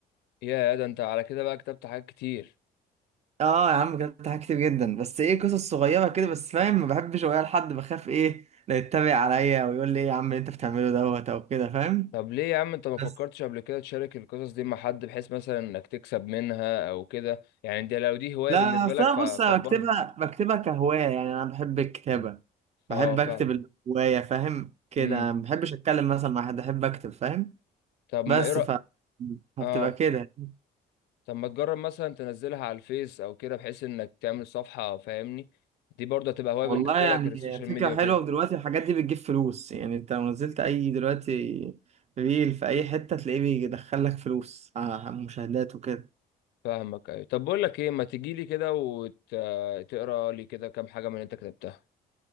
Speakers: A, on the left; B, on the right.
A: ياه ده انت على كده بقى كتبت حاجات كتير
B: اه يا عم كتبت حاجات كتير جدا بس ايه قصص صغيره كده بس فاهم ما بحبش اقولها لحد بخاف ايه لا يتبع عليا ويقول لي ايه يا عم اللي انت بتعمله دوت او كده فاهم
A: طب ليه يا عم انت ما فكرتش
B: بس
A: قبل كده تشارك القصص دي مع حد بحيث مثلا انك تكسب منها او كده يعني دي لو دي هوايه
B: لا
A: بالنسبه
B: أصل
A: لك
B: أنا
A: فكبرها
B: بص أنا بكتبها بكتبها كهواية يعني أنا بحب الكتابة
A: اه
B: بحب
A: فاهم
B: أكتب الهواية فاهم كده
A: امم
B: أنا ما بحبش أتكلم مثلا مع حد أحب أكتب فاهم
A: طب ما
B: بس
A: ايه رأ...
B: ف فبتبقى
A: اه
B: كده
A: طب ما تجرب مثلا تنزلها على الفيس او كده بحيث انك تعمل صفحة فاهمني دي برضه هتبقى هواية
B: والله
A: بالنسبة
B: يعني
A: لك السوشيال
B: فكرة
A: ميديا
B: حلوة
A: وكده
B: ودلوقتي الحاجات دي بتجيب فلوس يعني أنت لو نزلت أي دلوقتي ريل في أي حتة تلاقيه بيدخلك فلوس على مشاهدات وكده
A: فاهمك ايوه طب بقول لك ايه ما تيجي لي كده وتقرا لي كده كام حاجة من اللي انت كتبتها